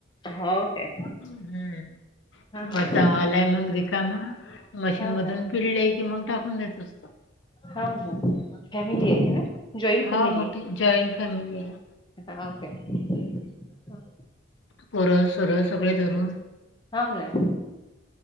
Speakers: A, on the left; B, on the left.
A: हो काय
B: हम्म
A: हा हो
B: वरतावालाय मंग र कामा. मशीन मधून
A: ना
B: पिळले कि मग टाकून द्यायेत असत.
A: हो ना फॅमिली
B: हम्
A: आहे ना जॉईंट फॅमिली
B: हा मोठी जॉईंट फॅमिली आहे.
A: आहे ओके हा <unintelligible>
B: पोरस सुरस सगळे धरून.
A: हो ना